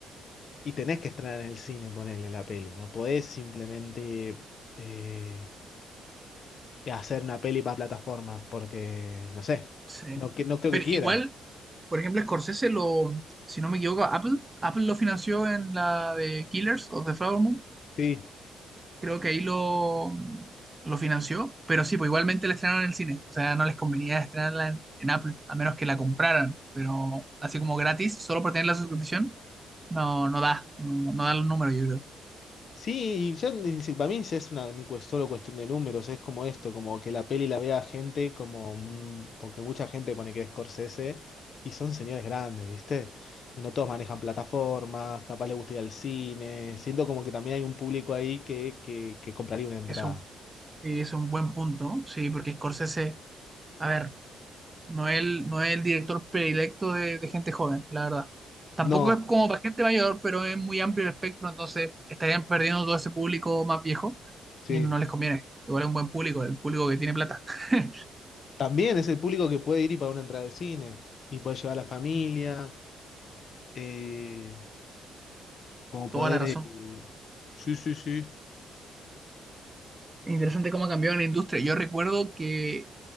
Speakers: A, on the left; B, on the right.
A: Y tenés que estrenar en el cine, ponerle la peli. No podés simplemente eh, hacer una peli para plataformas, porque, no sé,
B: Sí.
A: no, que- no creo
B: Pero
A: que quiera.
B: igual Por ejemplo, Scorsese lo, si no me equivoco, Apple, Apple lo financió en la de Killers of the Flower Moon.
A: Sí.
B: Creo que ahí lo, lo financió, pero sí, pues igualmente la estrenaron en el cine. O sea, no les convenía estrenarla en, en Apple, a menos que la compraran. Pero así como gratis, solo por tener la suscripción, no, no da, no, no da los números, yo creo.
A: Sí, y ya ni si- para mí ya es una ni cue- solo cuestión de números, es como esto, como que la peli la vea gente como un- porque mucha gente pone que es Scorsese y son señores grandes, ¿viste? Y no todos manejan plataformas, capaz les gusta ir al cine. Siento como que también hay un público ahí que, que, que compraría una entrada.
B: Es un, es un buen punto, sí, porque Scorsese, a ver. No es el, no es el director predilecto de, de gente joven, la verdad. Tampoco
A: No,
B: es como para gente mayor, pero es muy amplio el espectro, entonces estarían perdiendo todo ese público más viejo
A: sí.
B: y no les conviene. Igual es un buen público, el público que tiene plata. <laughs>
A: También es el público que puede ir y pagar una entrada de cine y puede llevar a la familia, eh, como
B: Toda
A: poder...
B: la razón.
A: eh, Sí, sí, sí.
B: es Interesante cómo ha cambiado la industria. Yo recuerdo que